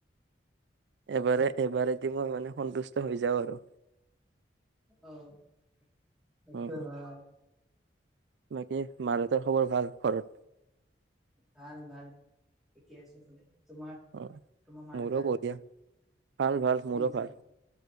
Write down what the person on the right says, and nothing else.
এবাৰে এবাৰে এদি মই মানে সন্তুষ্ট হৈ যাওঁ আৰু।
উম,
বাকী মা দেউতাৰ খবৰ ভাল ঘৰত?
অ',
মোৰো
বঢ়িয়া ভাল ভাল মোৰো
ভাল,